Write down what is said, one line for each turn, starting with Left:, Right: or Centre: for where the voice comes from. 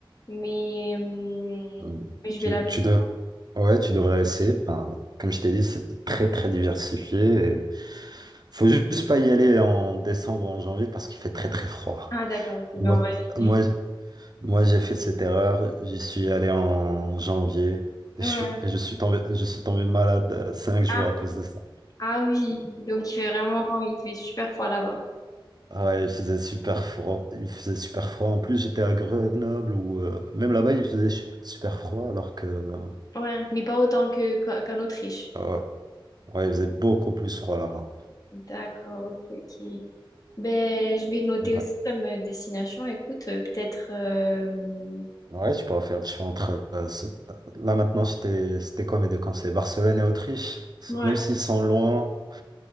Left: mais, hum,
Right: Euh,
Left: mais je
Right: Tu,
Left: vais l'ajouter
Right: tu dev- ouais, tu devrais essayer. Enfin, comme je t'ai dit, c'est très, très diversifié. Et faut juste pas y aller en décembre ou en janvier parce qu'il fait très, très froid.
Left: Ah, d'accord. Ok,
Right: Moi,
Left: ben on va éviter.
Right: moi, Moi, j'ai fait cette erreur. J'y suis allé en janvier. Je
Left: Ouais.
Right: suis, je suis tombé, je suis tombé malade euh, cinq jours
Left: Ah,
Right: à cause de ça.
Left: ah oui. Donc, il fait vraiment, il fait super froid là-bas.
Right: Ah Ouais, il faisait super froid. Il faisait super froid. En plus, j'étais à Grenoble ou même là-bas, il faisait su- super froid alors que euh,
Left: Ouais, mais pas autant que, qu'en qu'en Autriche.
Right: ouais, Ouais, il faisait beaucoup plus froid là-bas.
Left: D'accord, ok, ok. Ben, je vais noter
Right: Bah,
Left: aussi comme euh, destination, écoute, euh, peut-être... euh,
Right: ouais, je pourrais faire. Je suis entre euh, ce- là maintenant, c'était c'était quoi mes deux conseils? Barcelone et Autriche.
Left: Ouais.
Right: Même s'ils sont loin.